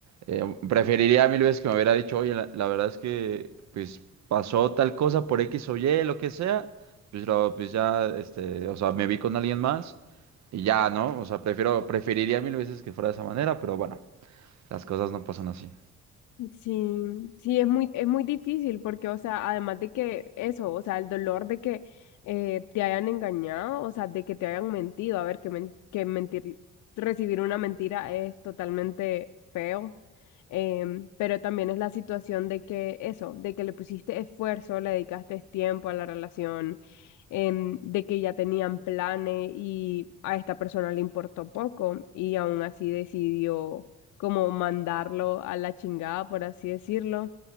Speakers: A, on the right (about 65°); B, on the left (about 75°).
A: eh, preferiría mil veces que me hubiera dicho, oye, la, la verdad es que pues pasó tal cosa por X o Y, lo que sea, pues, lo- pues ya, este, o sea, me vi con alguien más y ya, ¿no? O sea, prefiero, preferiría mil veces que fuera de esa manera, pero bueno, las cosas no pasan así.
B: Sí, sí, es muy, es muy difícil porque, o sea, además de que eso, o sea, el dolor de que eh, te hayan engañado, o sea, de que te hayan mentido, a ver, que, men- que mentir, recibir una mentira es totalmente feo, em, pero también es la situación de que eso, de que le pusiste esfuerzo, le dedicaste tiempo a la relación, em, de que ya tenían planes y a esta persona le importó poco y aún así decidió como mandarlo a la chingada, por así decirlo.